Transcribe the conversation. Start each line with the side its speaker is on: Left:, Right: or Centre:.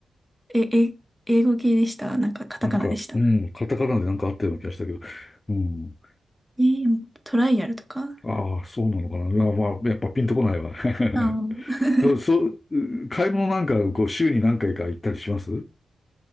Centre: え、え、英語系でしたなんかカタカナでした
Left: なんか、うん、カタカナでなんかあったような気がしたけど、うん。
Centre: えートライアルとか
Left: ああ、そうなのかな。いや、まあ、やっぱピンとこないわ。
Centre: あー、
Left: <laughs> どうそう、う買い物なんか、こう、週に何回か行ったりします